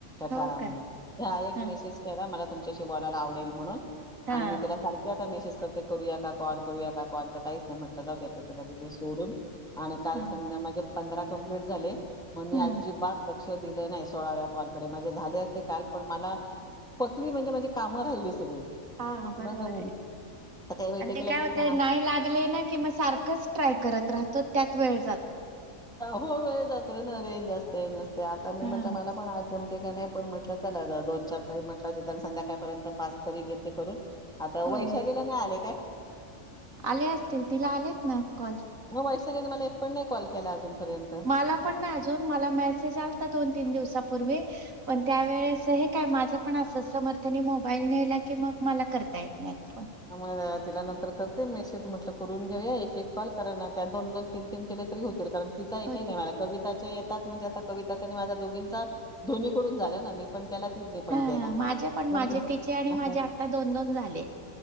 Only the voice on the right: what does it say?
हो
काय
हां
हां
हां
हम्म
हा बरोबर
आहे,
आणि ते काय
होतय
नाही लागले ना कि मग सारखंच ट्राय करत राहतो, मग त्यात वेळ जा
हां
हो
आले असतील तिला आलेत ना. कॉल.
मला पण नाही अजून, मला मेसेज आलता दोन-तीन दिवसापूर्वी. <inaudible> पण त्यावेेळेस हे काय माझं ण अस समर्थ नी मोबाईल नेला की, मग मला करता येत नाही.
होते
हा
माझे पण
माझे
तिचे आणि माझे
आता दोन दोन झाले.